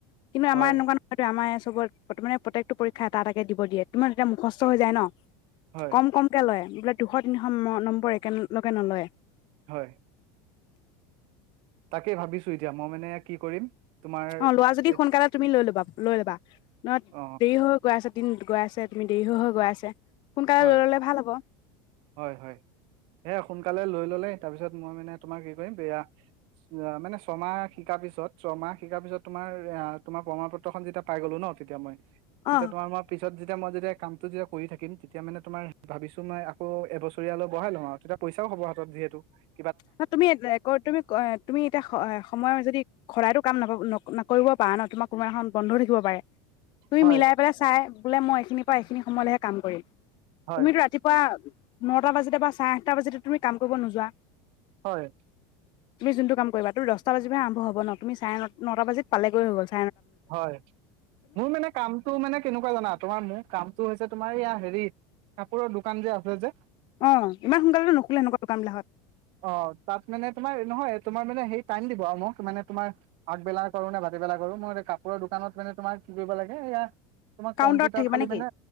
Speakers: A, on the left; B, on the right.
A: কিন্তু
B: হয়
A: আমাৰ এনেকুৱা নহয়, আমাৰ আছে । তাৰমানে প্ৰথমতে প্ৰত্যেকটো পৰীক্ষা এটা তাকে দিব দিয়ে তোমাৰ যেতিয়া মুখস্থ হৈ যায় ন ।
B: হয়
A: কম কমকে লয় । বোলে দুশ তিনিশ নম্বৰ একেলগে নলয়
B: হয়। তাকেই ভাবিছো এতিয়া মই মানে, কি কৰিম? তোমাৰ
A: অ লোৱা যদি
B: এই
A: সোনকালে তুমি লৈ ল'বা । লৈ লবা। নহ
B: অ
A: দেৰি হৈ হৈ গৈ আছে। দিনটো গৈ আছে তুমি দেৰি হৈ হৈ গৈ আছে । সোনকালে
B: হয়
A: লৈ ললে ভাল হব ।
B: হয় হয় এ সোনকালে লৈ ললে তাৰপিছত মই মানে তোমাৰ কি কৰিম, এয়া মানে ছমাহ শিকাৰ পিছত ছমাহ শিকাৰ পিছত তোমাৰ তোমাৰ প্ৰমাণ পত্ৰখন যেতিয়া পাই গলো ন তেতিয়া মই তেতিয়া
A: অ
B: তোমাৰ মই পিছত যেতিয়া মই যেতিয়া কামটো যেতিয়া কৰি থাকিম । তেতিয়া মানে তোমাৰ ভাবিছো মই আকৌ এ বছৰীয়ালৈ বঢ়াই লওঁ আৰু তেতিয়া পইচাও হব হাতত যিহেতু ।
A: ন তুমি তুমি তুমি এতিয়া সময় যদি সদায়ইতো কাম নাপাব। নকৰিব পৰা ন, তোমাৰ কোনোবা এখন বন্ধ থাকিব পাৰে । তুমি
B: হয়
A: মিলাই পেলাই চাই বোলে মই এইখিনিৰ পৰা এইখিনি সময়লৈহে কাম কৰিম ।
B: হয়
A: তুমিতো ৰাতিপুৱা নটা বাজাতে বা চাৰে আঠটা বাজাতে তুমি কাম কৰিব নোযোৱা ।
B: হয় ।
A: তুমি যোনটো কাম কৰিবা তোৰ দহটা বাজি আৰম্ভ হব ন! তুমি চাৰে নটা বাজিত পালেগৈ হৈ গ'ল ।
B: হয়, মোৰ মানে কামটো মানে কেনেকুৱা জানা? তোমাৰ মোৰ কামটো হৈছে তোমাৰ ইয়া হেৰিত কাপোৰৰ দোকান যে আছে যে
A: অ ইমান সোনকালেতো নুখোলে এনেকুৱা দোকান বিলাকত।
B: অ তাত মানে তোমাৰ নহয় তোমাৰ মানে সেই টাইম দিব আৰু মোক মানে তোমাৰ আগবেলা কৰো নে ভাতিবেলা কৰো, মোৰ কাপোৰৰ দোকানত মানে তোমাৰ কি কৰিব লাগে এয়া তোমাৰ
A: কাউণ্টাৰত
B: কম্পিউটাৰ
A: থাকিবা
B: খালি
A: নেকি
B: মানে,